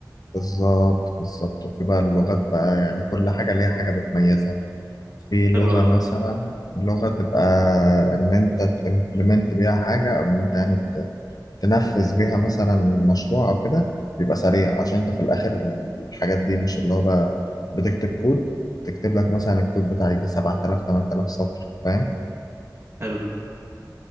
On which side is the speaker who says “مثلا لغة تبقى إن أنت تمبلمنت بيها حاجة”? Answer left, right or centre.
Left